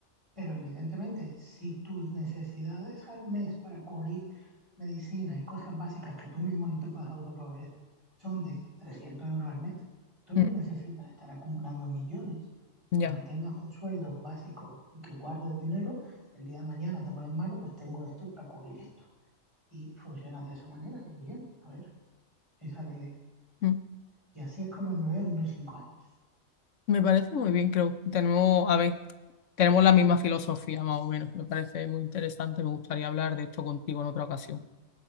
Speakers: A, on the right; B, on the left.
A: Pero evidentemente, si tus necesidades al mes para cubrir medicina y cosas básicas que tú mismo no te puedes autoproveer son de 300 euros al mes, tú
B: Mm,
A: no necesitas estar acumulando millones.
B: ya.
A: Con que tengas un sueldo básico y que guardes dinero, el día de mañana te pones malo, pues tengo esto para cubrir esto. Y funciona de esa manera y bien, a ver, esa es la idea.
B: Mm.
A: Y así es como me veo en unos cinco años.
B: Me parece muy bien, creo. Tenemos, a ver, tenemos la misma filosofía, más o menos. Me parece muy interesante. Me gustaría hablar de esto contigo en otra ocasión.